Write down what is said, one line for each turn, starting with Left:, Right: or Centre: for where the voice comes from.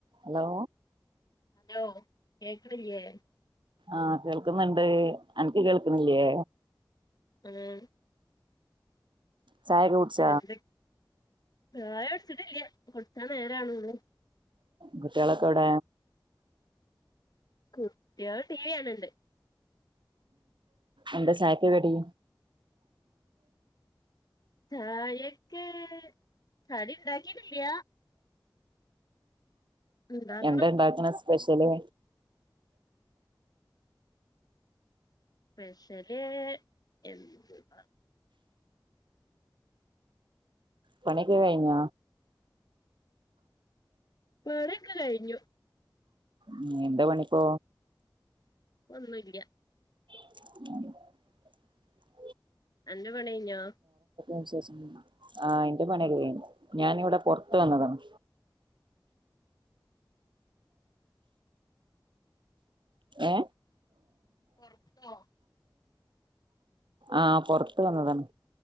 Right: Hello
Left: hello കേക്കണില്ലെ
Right: ആഹ് കേൾക്കുന്നുണ്ട് അനിക്ക് കേൾക്കുന്നില്ലേ
Left: ഉം
Right: <inaudible> ചായക്ക കുടിച്ച
Left: എന്തൊ ചായ കുടിച്ചിട്ടില്ല കുടിക്കാൻ നേരം ആവേണേള്ളൂ
Right: കുട്ടികളൊക്കെ എവിട
Left: കുട്ടികൾ ടീവിയാണുണ്ട്
Right: എന്താ ചായക്ക് കടി
Left: ചായക്ക് കടി ഉണ്ടാക്കിട്ടില്യ ഉണ്ടാക്കണം
Right: എന്താ ഇണ്ടാക്കണ സ്പെഷ്യല്
Left: സ്പെഷ്യല് എന്തുവ
Right: പണിക്ക കയിഞ്ഞ
Left: പിണിക്കെ കഴിഞ്ഞു
Right: ഉ എന്താ പണിപ്പോ
Left: ഒന്നും ഇല്ല്യ
Right: <unintelligible>
Left: അന്റെ പണികയിഞ്ഞോ
Right: എസ് എസ് ആ എന്റെ പണിയൊക്കെ കയിഞ് ഞാനിവിടെ പൊറത്ത് വന്നതാണ് ഏ
Left: <unintelligible>
Right: ആഹ പാെറത്ത് വന്നതാണ്